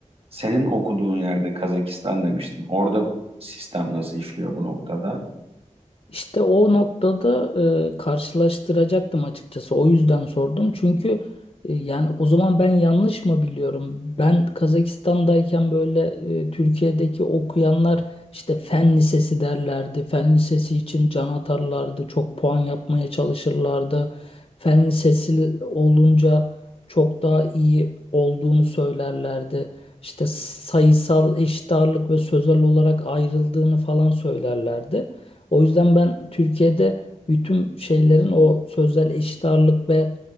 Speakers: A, on the right (about 45°); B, on the left (about 50°).
A: Senin okuduğun yerde Kazakistan demiştin. Orada sistem nasıl işliyor bu noktada?
B: İşte o noktada e, karşılaştıracaktım açıkçası. O yüzden sordum. Çünkü e, yani o zaman ben yanlış mı biliyorum? Ben Kazakistan'dayken böyle e, Türkiye'deki okuyanlar işte fen lisesi derlerdi. Fen lisesi için can atarlardı. Çok puan yapmaya çalışırlardı. Fen lisesi olunca çok daha iyi olduğunu söylerlerdi. İşte sayısal eşit ağırlık ve sözel olarak ayrıldığını falan söylerlerdi. O yüzden ben Türkiye'de bütün şeylerin o sözel eşit ağırlık ve